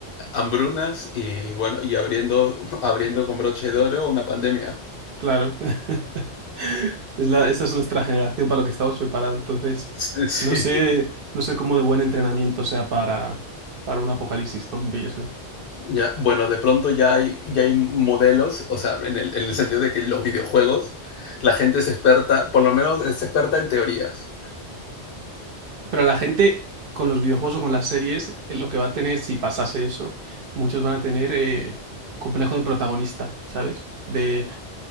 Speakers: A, on the left (about 60°); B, on the right (about 60°).
A: Hambrunas y bueno, y abriendo, <laughs> abriendo con broche de oro una pandemia.
B: Claro. <laughs> Es la, esa es nuestra generación para lo que estamos preparados. Entonces,
A: Sí, sí.
B: no sé, no sé cómo de buen entrenamiento sea para, para un apocalipsis zombie eso.
A: Ya, bueno, de pronto ya hay, ya hay modelos, o sea, en el, en el sentido de que los videojuegos, la gente es experta, por lo menos es experta en teorías.
B: Pero la gente con los videojuegos o con las series, eh, lo que va a tener si pasase eso, muchos van a tener eh, complejo de protagonista, ¿sabes? De